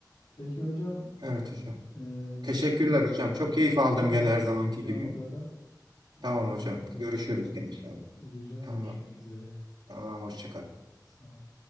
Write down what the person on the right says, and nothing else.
Evet hocam.
Teşekkürler
hocam. Çok keyif
aldım gene her zamanki
gibi.
Tamam hocam.
Görüşürüz gene
inşallah.
Tamam.
Tamam. Hoşça kal.